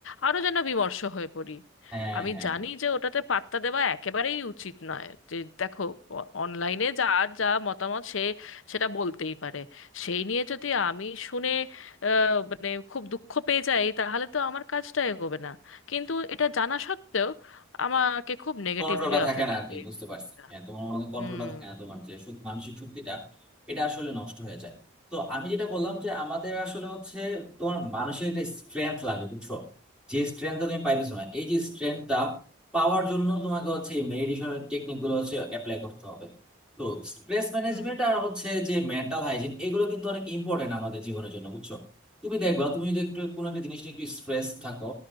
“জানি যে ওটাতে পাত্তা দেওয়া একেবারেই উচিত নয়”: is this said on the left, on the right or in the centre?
Left